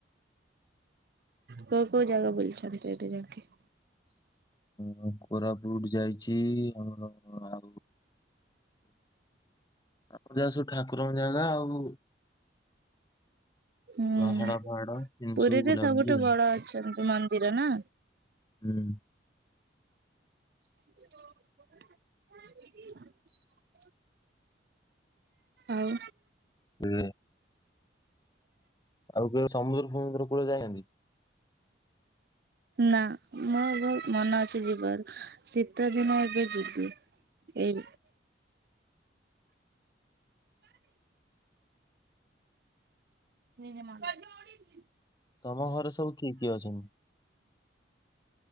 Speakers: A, on the right (about 55°); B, on the left (about 20°).
A: କୋଉ କୋଉ ଜାଗା ବୁଲଛନ୍ତି ଏଇଠି ଯାଇକି।
B: ହ କୋରାପୁଟ ଯାଇଛି ଆଉ ଆଉ ଯାହା ସବୁ ଠାକୁରଙ୍କ ଜାଗା ଆଉ
A: ହୁଁ
B: ପାହାଡ
A: ହୁଁ
B: ଫାହାଡ ଏମିତି
A: ପୁରୀରେ
B: ସବୁ ବୁଲାବୁଲି
A: ସବୁଠୁ
B: ଆଉ
A: ବଡ ଅଛନ୍ତି ମନ୍ଦିର ନା।
B: ହୁଁ
A: <unintelligible> ଆଉ
B: ହୁଁ ମୁଁ କହିଲି ସମୁଦ୍ର ଫମୁଦ୍ର ସମୁଦ୍ର କୂଳ ଯାଇନାହାନ୍ତି।
A: ନା ମୋର ବହୁତ ମନେ ଅଛି ଯିବାର ଶୀତ ଦିନ ଏବେ ଯିବି। ଏଇ ନିଜମା <unintelligible>
B: ତମ ଘରେ ସବୁ କିଏ କିଏ ଅଛନ୍ତି?